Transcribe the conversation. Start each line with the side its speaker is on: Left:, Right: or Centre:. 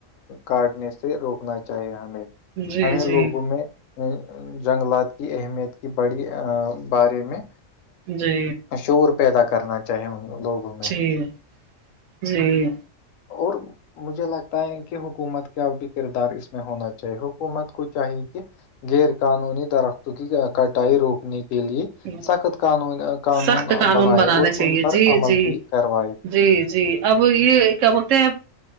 Left: کاٹنے سے روکنا چاہیے ہمیں
Right: جی
Left: ہمیں
Right: جی
Left: لوگوں میں جنگلات کی اہمیت کی بڑی بارے میں
Right: جی
Left: شعور پیدا کرنا چاہے ان لوگوں میں
Right: جی جی
Left: اور مجھے لگتا ہے کہ حکومت کا بھی کردار اس میں ہونا چاہیے حکومت کو چاہیے کہ غیر قانونی درختوں کی کٹائی روکنے کے لیے
Right: ہ
Left: سخت قانون
Right: سخت قانون
Left: بنائے
Right: بنانے
Left: اور
Right: چاہیے
Left: ان پر
Right: جی
Left: عمل
Right: جی
Left: بھی کروائے
Right: جی جی اب یہ کیا بولتے ہیں